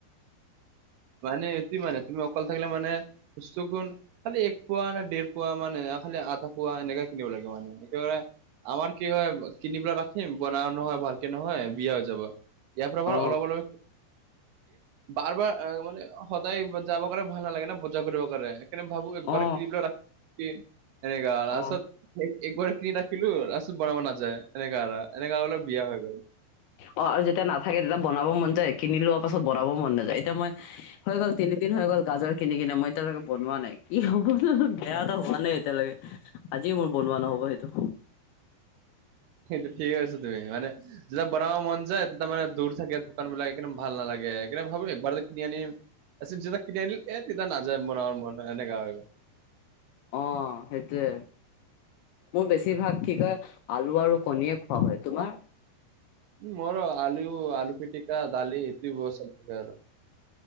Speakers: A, on the right; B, on the left.
A: মানে এইটো মানে তুমি অকল থাকিলে মানে- <unintelligible> গুণ- খালি এক পোৱা না ডেৰ পোৱা মানে খালি আধা পুৱা এনেকে কিনিব লাগে মানে, এইটো মানে - আমাৰ কি হয় কিনি পেলাই ৰাখিম বনাও নহয় ভালকে নহয় বেয়া হৈ যাব। ইয়াৰ পৰা পৰা
B: অ
A: অলপ অলপ- বাৰ বাৰ মানে সদায় যাব কাৰে ভাল নালাগে না বজাৰ কৰিবৰ কাৰণে। সেইকাৰণে ভাবো একবাৰে
B: অ
A: কিনি পেলাই <unintelligible>
B: অ
A: একবাৰ কিনি ৰাখিলো তাৰপিছত বনাব নাযায় এনেকা এৰা এনেকা বোলো বিয়া হৈ গল।
B: অ' আৰু যেতিয়া নাথাকে তেতিয়া বনাব মন যায় কিনি লোৱা পাছত বনাব মন নাযায়, এতিয়া মই হৈ গল তিনিদিন হৈ গ'ল গাজৰ কিনি কিনে মই এতিয়ালৈকে বনোৱা নাই কি হ'ব জানো বেয়াটো হোৱা নাই এতিয়ালৈকে। আজিও মোৰ বনোৱা নহব সেইটো।
A: সেইটো ঠিকেই কৈছা তুমি মানে যেতিয়া বনাব মন যায় তেতিয়া মানে দূৰ থাকে দোকান বিলাক সেইকাৰণে - ভাল নালাগে সেইকাৰণ ভাবো একবাৰেতে কিনি আনিম। কিনি আনিল এ তেতিয়া নাযায় বনাব মন এনেকুৱা হৈ গৈ।
B: অহ' সেইটোৱে মোৰ বেছিভাগ কি কয় আলু আৰু কণীয়ে খোৱা হয়, তোমাৰ?
A: মোৰ আলু আলু পিটিকা ডালি এইটো বহুত চব প্ৰকাৰ <unintelligible>